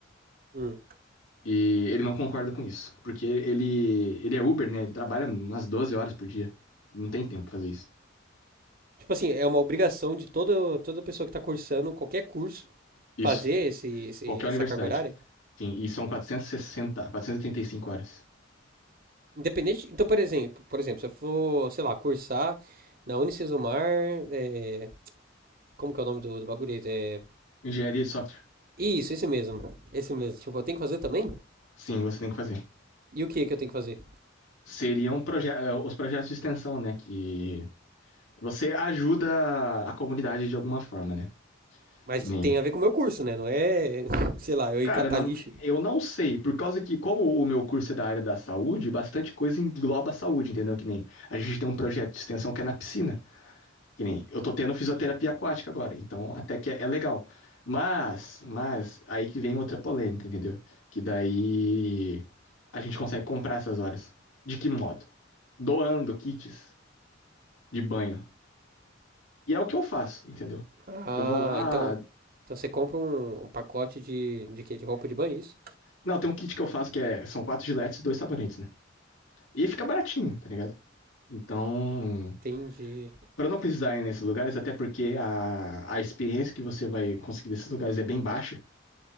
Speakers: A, on the right; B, on the left.
A: Hum.
B: E ele não concorda com isso, porque ele, ele é Uber, né? Ele trabalha umas 12 horas por dia. Não tem tempo pra fazer isso.
A: Tipo assim, é uma obrigação de toda, toda pessoa que tá cursando qualquer curso
B: Isso.
A: fazer esse, esse-
B: Qualquer
A: essa
B: universidade.
A: carga horária.
B: Sim, e são e e sessenta, quatrocentas e trinta e cinco horas.
A: Independente. Então, por exemplo, por exemplo, se eu for, sei lá, cursar na Unicesumar, é, como que é o nome do, do bagulho? É,
B: Engenharia de software.
A: isso, esse mesmo. Esse mesmo. Tipo, eu tenho que fazer também?
B: Sim, você tem que fazer.
A: E o que que eu tenho que fazer?
B: Seriam proje- eh, os projetos de extensão, né? Que Você ajuda a comunidade de alguma forma, né?
A: Mas
B: Que nem.
A: tem a ver com o meu curso, né? Não é, <laughs> sei lá, eu ir
B: Cara,
A: catar
B: na-
A: lixo.
B: eu não sei, por causa que, como o meu curso é da área da saúde, bastante coisa engloba a saúde, entendeu? Que nem a gente tem um projeto de extensão que é na piscina. Que nem eu tô tendo fisioterapia aquática agora, então até que é, é legal. Mas, mas, aí que vem outra polêmica, entendeu? Que daí a gente consegue comprar essas horas. De que modo? Doando kits de banho. E é o que eu faço, entendeu?
A: Ah,
B: Eu vou lá,
A: então, então você compra um, um pacote de, de quê? De roupa de banho, isso?
B: Não, tem um kit que eu faço que é, são quatro giletes e dois sabonetes, né? E fica baratinho, tá ligado? Então,
A: Tem de...
B: pra não precisar ir nesses lugares, até porque a, a experiência que você vai conseguir desses lugares é bem baixa,